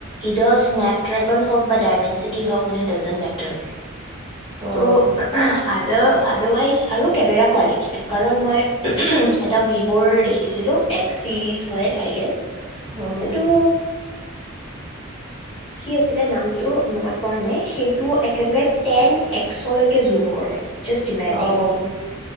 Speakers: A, on the left; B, on the right.
A: ইদোছ স্নেপড্ৰেগন হওঁক বা দাইমেন চিটি হওঁক মানে দাজেন মেটাৰ তৰ
B: উম,
A: তো আদাৰ আদাৰৱাইজ আৰু কেমেৰা কোৱালিটিটো কাৰণ মই এটা ভিভৰ দেখিছিলোঁ এক্সচিৰিজ হয় আই গেছ
B: উম,
A: এইটো কি আছিলে নামটো মনত পৰা নাই সেই টো একেবাৰে টেনএক্সলৈকে জুম কৰে। জাষ্ট ইমেজিন
B: অ
A: কিমান